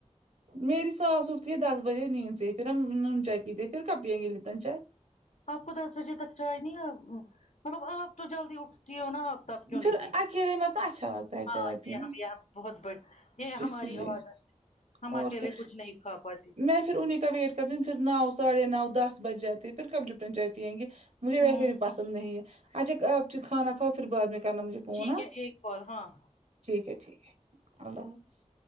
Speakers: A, on the right; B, on the left.
A: میری ساس اٹتی ہے دس بجے نیند سے پھر ہم نون چائے پیتے پھر کب پیئیں گے لیٹن چائے
B: آپ کو دس بجے تک چائے نہیں مطلب آپ تو جلدی اٹھتی ہو نا آپ تب کیوں
A: پھر
B: نہیں پیتی
A: اکیلے مت اچھا لگتا ہے
B: ہاں
A: چائے پینا
B: یہ ہم یہ ہم بہت بڑ یہ
A: اسی
B: ہماری
A: لیے
B: عادت ہم اکیلے
A: اور کیا
B: کچھ نہیں کھا پاتی
A: میں پھر انہی کا ویٹ کے دن پھر نو ساڑھے نو دس بجے آتی ہے پھر کب لپٹن چائے پئیں گی مجھے ویسے
B: ہوں
A: بھی پسند نہیں ہے اچھا آپ کھانا کھاؤ پھر بعد میں کرنا مجھے فون
B: ٹھیک
A: ہاں
B: ہے ایک کال ہاں
A: ٹھیک ہے ٹھیک ہے اللہ حافظ